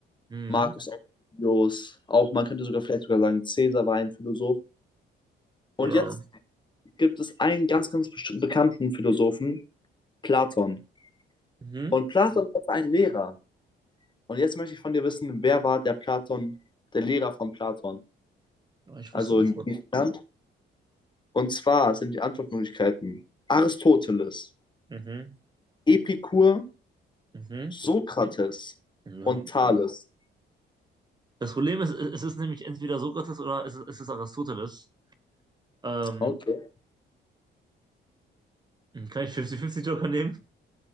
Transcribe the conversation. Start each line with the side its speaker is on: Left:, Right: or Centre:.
Right: Mhm.
Left: Marcus Aurelius, auch man könnte sogar vielleicht sogar sagen, Cäsar war ein Philosoph. Und
Right: Ja.
Left: jetzt gibt es einen ganz, ganz besti- bekannten Philosophen, Platon.
Right: Mhm.
Left: Und Platon hat einen Lehrer. Und jetzt möchte ich von dir wissen, wer war der Platon, der Lehrer von Platon?
Right: Aber ich
Left: Also
Right: wusste das.
Left: in Griechenland. Und zwar sind die Antwortmöglichkeiten Aristoteles,
Right: Mhm.
Left: Epikur,
Right: Mhm.
Left: Sokrates
Right: Ja.
Left: und Thales.
Right: Das Problem ist, es ist nämlich entweder Sokrates oder es ist, es ist Aristoteles. Ähm,
Left: Okay.
Right: kann ich 50-50 Joker nehmen?